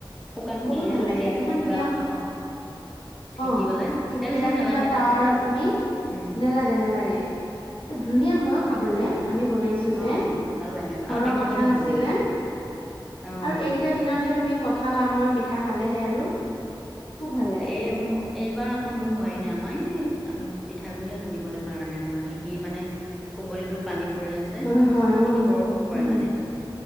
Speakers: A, in the centre; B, on the left.
A: শুকান
B: বহুত
A: হেৰিত
B: ভাল লাগে।
A: কেৰাহীত
B: ইমান ধুনীয়া
A: বা অ সেকি
B: অ,
A: পেলাই
B: কি
A: তেল
B: কেৰাহিত
A: চেল নালাগে
B: বা টাৱাৰত
A: যে তেতিয়া
B: তুমি,
A: উম
B: নেলাগ নেলাগে, এ ধুনীয়া হয় ও
A: সেইকাৰণে
B: খাবলে
A: ভাল
B: আমি বনাইছো। যে
A: অ ভাল লাগে
B: ঘৰৰ
A: আৰু দেখিবলৈ
B: কঠাল
A: ভাল
B: আছিলে।
A: লাগে
B: আৰু
A: অ
B: এই কেই ইটা দিনতহে তুমি কঁঠাল, আমৰ পিঠা খালেহে আৰু। খুব ভাল লাগে
A: এম এইবাৰ আকৌ মোৰ হোৱাই নাই আমাৰ এই পিঠাগুৰিয়ে খুন্দিবলৈ পৰা নাই মই। ঢেঁকী মানে কুবলীটোত পানী পৰি আছে। ছে সেইখিনি
B: হয় হয় অ
A: বৰষুণ পৰে
B: উম
A: মানে,